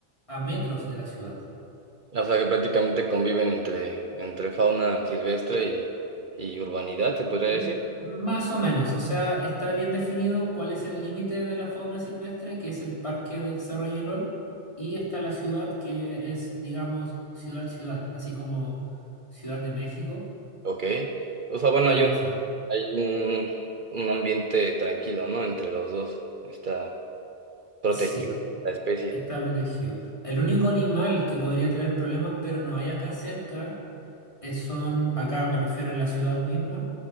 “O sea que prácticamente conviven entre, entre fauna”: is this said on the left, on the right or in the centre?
Right